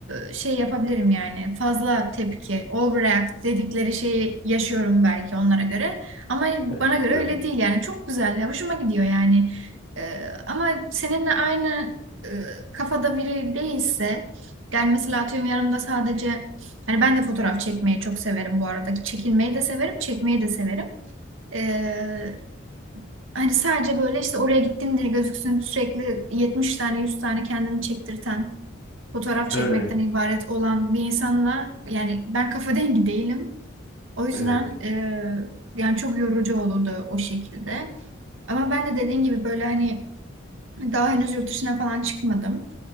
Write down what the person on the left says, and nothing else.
<laughs>
Çok
güzel.
Evet.
Evet.